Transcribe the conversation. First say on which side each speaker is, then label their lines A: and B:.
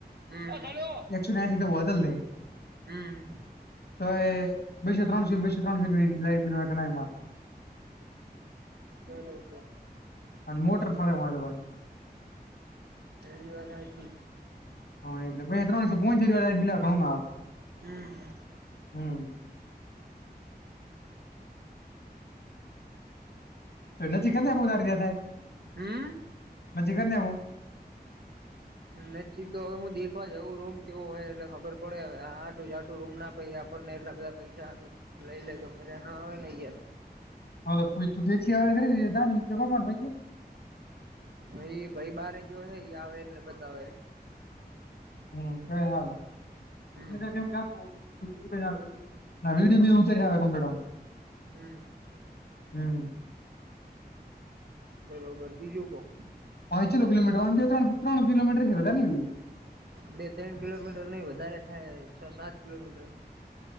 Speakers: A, on the right; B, on the left.
A: હ હલો
B: એકસો એસી તો બદલ
A: હમ
B: હવે બેસો ત્રણસો બેસો ત્રણસો એટલુ લાઈટ બિલ માં ગણાયા કરે
A: બલો
B: અને મોટર ફરે મારે
A: દવી વાગાયથી
B: હા એટલે ત્રણસે ફોન બિલા ઘણું ના આવે
A: હમ
B: હમ <inaudible>
A: હમ
B: મજી કરીને હું
A: નચી તો હવે હું દેખવા જવું રૂમ કેવો હોય એટલે ખબર પડે હવે આ આટું ઝાટું રૂમ ના પઈ આપણને એટલા બધા પૈસા લઈ લે ગ મજા ના આવે નહીં યાર
B: <unintelligible>
A: ઈ ભાઈ બારે ગયો હે ઈ આવે એટલે બતાવે
B: હમ ક હાલ
A: હમ
B: <unintelligible> વિડીયો બી ઉતારીને આવે કમ્પલેટ આમ
A: હમ
B: હમ
A: બરોબર બીજુ બો
B: પાચેલો કિલોમીટર તણ ત્રણ કિલોમીટર છે વધારે ન ઈ થાય
A: બે ત્રણ કિલોમીટર નહીં વધારે થાય છ સાત કિલોમીટર